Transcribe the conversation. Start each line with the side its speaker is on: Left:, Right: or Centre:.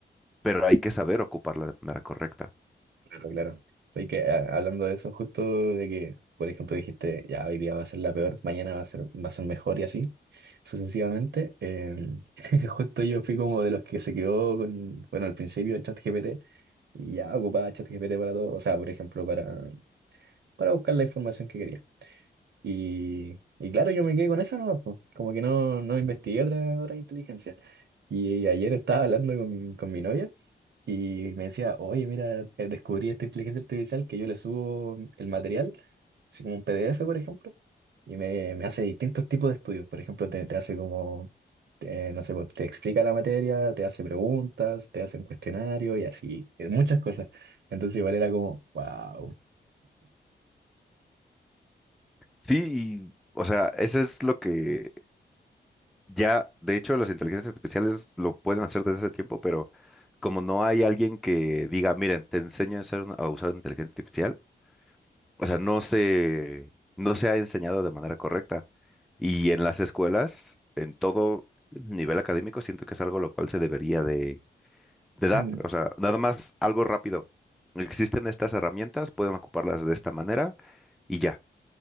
Centre: pero hay que saber ocuparla de manera correcta.
Right: Pero claro, así que a- hablando de eso, justo de que, por ejemplo, dijiste, ya hoy día va a ser la peor, mañana va a ser, va a ser mejor y así, sucesivamente, eh, <laughs> justo yo fui como de los que se quedó con, bueno, al principio ChatGPT y ya ocupaba ChatGPT para todo, o sea, por ejemplo, para, para buscar la información que quería. Y, y claro, yo me quedé con esa nomás, pues Como que no, no investigué otra, otra inteligencia. Y ayer estaba hablando con, con mi novia y me decía, oye, mira, eh, descubrí esta inteligencia artificial que yo le subo el material, así como un PDF, por ejemplo, y me, me hace distintos tipos de estudios. Por ejemplo, te, te hace como, eh, no sé, pues, te explica la materia, te hace preguntas, te hace un cuestionario y así, eh, muchas cosas. Entonces igual era como, wow.
Centre: Sí, y, o sea, eso es lo que ya, de hecho, las inteligencias artificiales lo pueden hacer desde hace tiempo, pero como no hay alguien que diga, miren, te enseño a hacer una- a usar una inteligencia artificial, o sea, no se, no se ha enseñado de manera correcta. Y en las escuelas, en todo nivel académico, siento que es algo lo cual se debería de de dar,
Right: <laughs>
Centre: o sea, nada más algo rápido. Existen estas herramientas, pueden ocuparlas de esta manera y ya.